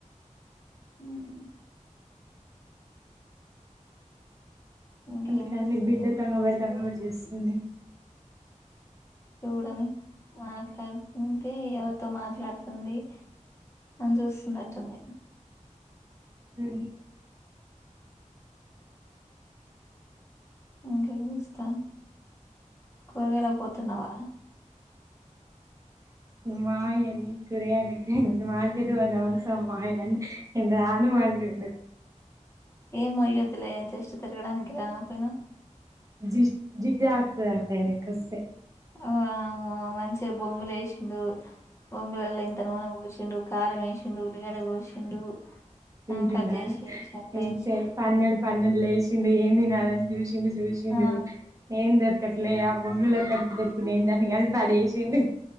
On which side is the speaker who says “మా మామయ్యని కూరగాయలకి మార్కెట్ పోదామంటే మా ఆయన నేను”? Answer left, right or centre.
Right